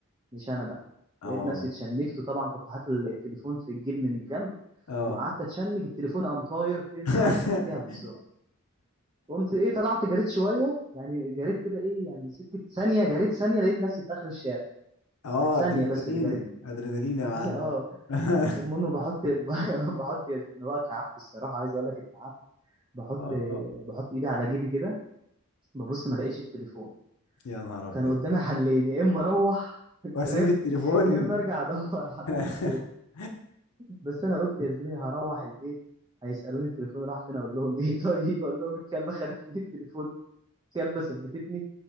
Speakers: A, on the right; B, on the left.
A: مش أنا بقى،
B: آه،
A: لقيت نفسي اتشنِّكت وطبعًا كنت حاطط ال التليفون في الجيب من الجنب،
B: آه.
A: وقعدت أتشنِّج التليفون قام طاير فين،
B: <laughs>
A: رايح تحتيها بالضبط. قُمت إيه، طلعت جريت شوية، يعني جريت كده إيه، يعني سكة ثانية جريت ثانية لقيت نفسي في آخر الشارع،
B: آه،
A: كانت ثانية
B: أدرينالين،
A: بس اللي جريتها
B: أدرينالين يا معلم.
A: <laughs> آه،
B: <laughs>
A: المهم باحُط ب باحُط يد <laughs> أنا بقى اترعبت الصراحة، عايز أقول لك اترعبت، باحُط
B: آه،
A: باحُط إيدي على جيبي كده، بابُص ما لقيتش التليفون،
B: يا نهار أبيض!
A: كان قدامي حلين يا إما أروّح <laughs>
B: وأسيب
A: فاهم،
B: التليفون
A: يا إما أرجع أدوّر على
B: <laughs>
A: التليفون، بس أنا قُلت يا زميلي هاروّح البيت هيسألوني التليفون راح فين، أقول لهم إيه <laughs> طيب، أقول لهم الكلبة خدت مني التليفون، الكلبة ثبّتتني،